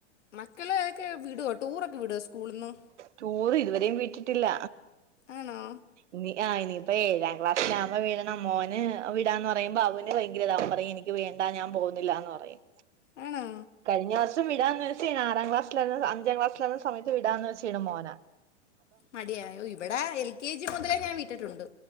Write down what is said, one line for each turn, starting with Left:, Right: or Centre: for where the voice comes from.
Left: മക്കളെ ഒക്കെ വിടോ ടൂറൊക്കെ വിടോ സ്കൂള്ന്ന്
Right: ടൂറ് ഇതുവരെയും വിട്ടിട്ടില്ല
Left: ആണോ
Right: ഇനി ആ ഇനിയിപ്പൊ ഏഴാം ക്ലാസിലാമ്പോ വീടണം മോന് വിടാന്ന് പറയുമ്പോ അവന് ഭയങ്കരതാ അവൻ പറയും എനിക്ക് ക്ക് വേണ്ടാ ഞാൻ പോവ്ന്നില്ലാന്ന് പറയും
Left: ആണോ
Right: കഴിഞ്ഞ വർഷം വിടാന്ന് വെച്ച കഴിഞ്ഞാ ആറാം ക്ലാസ്സിലാണ് അഞ്ചാം ക്ലാസ്ലാലാവ്ന്ന സമയത്ത് വിടാന്ന് വെച് ച്ചിടെ മോന
Left: മടിയാ ഇവിടെ എൽ കെ ജി മുതലേ ഞാൻ വിട്ടിട്ടുണ്ട്